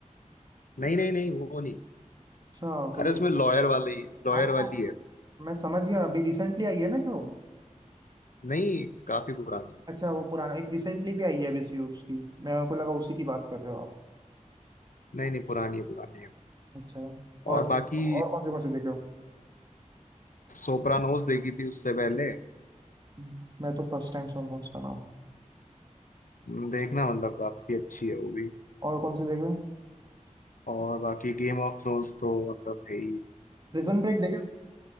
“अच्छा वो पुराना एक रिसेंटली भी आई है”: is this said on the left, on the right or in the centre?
Right